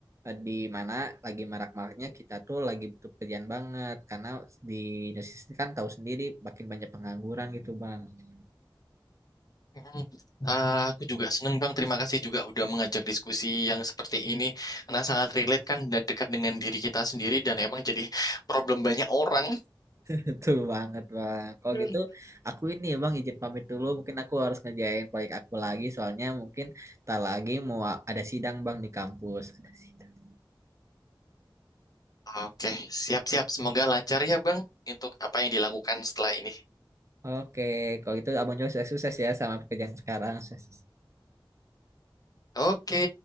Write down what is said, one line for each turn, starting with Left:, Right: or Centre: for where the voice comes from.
Right: eh, di mana lagi marak-maraknya kita tuh lagi butuh pekerjaan banget karena di Indonesia sendiri kan tahu sendiri makin banyak pengangguran gitu Bang. <laughs>
Left: Mm. Ah, aku juga seneng Bang, terima kasih juga udah mengajak diskusi yang seperti ini karena sangat relate kan dan dekat dengan diri kita sendiri dan emang jadi problem banyak orang.
Right: Betul banget Bang. Kalau
Left: Mm.
Right: gitu aku ini ya Bang izin pamit dulu mungkin aku harus ngerjain proyek aku lagi soalnya mungkin tak lagi mau a- ada sidang Bang di kampus. Ada sidang.
Left: Oke, siap-siap. Semoga lancar ya Bang untuk apa yang dilakukan setelah ini.
Right: Oke, kalau gitu Abang juga sukses, sukses ya sama pekerjaan sekarang. Sukses.
Left: Oke.